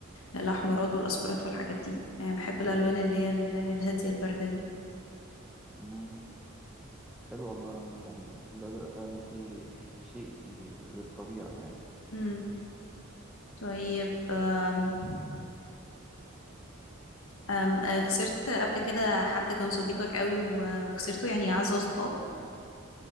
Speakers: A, on the left; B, in the centre.
A: آه، الاحمرات والاصفرات والحاجات دي يعني بحب الالوان اللي هي ال- الهاديه البارده
B: امم حلو والله عامة ال- الازرق فعلا فيه شيء ي- للطبيعة يعني
A: دي طيب أم أم آه، خسرت قبل كده حد كان صديقك قوي و- وخسرته يعني أعز أصدقائك